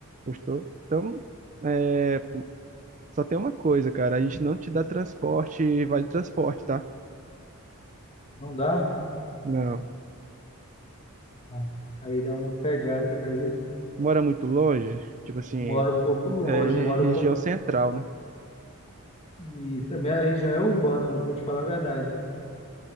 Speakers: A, on the right; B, on the left.
A: Gostou? Então, é, só tem uma coisa, cara, a gente não te dá transporte, vale transporte, tá?
B: Não dá?
A: Não.
B: Ah, Aí dá uma pegada, acredito.
A: Mora muito longe, tipo assim,
B: Moro um pouco longe,
A: é
B: moro
A: região
B: um pouco.
A: central, né?
B: Isso, a minha região é urbana, eu vou te falar a verdade.